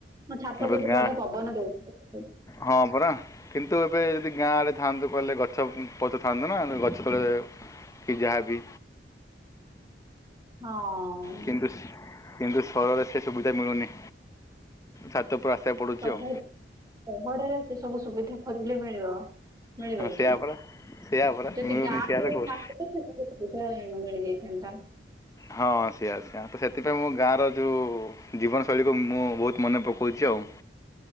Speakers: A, on the right; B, on the left.
A: ମୋ ଛାତ
B: ଏବେ
A: ଉପରେ ତ
B: ଗାଁ
A: ବଢିଆ ପବନ ଦଉଛି ହଁ
B: ହଁ ପରା। କିନ୍ତୁ ଏବେ ଯଦି ଗାଁ ରେ ଥାଆନ୍ତୁ କହିଲେ ଗଛ, ପତ୍ର ଥାନ୍ତା ନା ଆମେ ଗଛ ତଳେ କି ଯାହା ବି।
A: ହଁ।
B: କିନ୍ତୁ କିନ୍ତୁ ସହରରେ ସେ ସୁବିଧା ମିଳୁନି ଛାତ ଉପରେ ଆସିବାକୁ ପଡ଼ୁଛି
A: ସହର
B: ଆଉ।
A: ସହରରେ ସେ ସବୁ ସୁବିଧା ଖୋଜିଲେ ମିଳିବ। ମିଳିବ
B: ହଁ ସେୟା
A: କି
B: ପରା ସେୟା ପରା
A: ଯଦି
B: ମିଳୁନି
A: ଗାଁ
B: ସେୟା
A: କୁ
B: ତ କହୁଛି
A: ସଂସ୍କୃ। କେ ସବୁ ସୁବିଧା ମିଳିଯାଇଥାନ୍ତା।
B: ହଁ ସେଆ ସେଆ ତ ସେଥିପାଇଁ ମୋ ଗାଁର ଯୋଉ ଜୀବନଶୈଳୀକୁ ମୁଁ ବହୁତ ମନେ ପକଉଛି ଆଉ।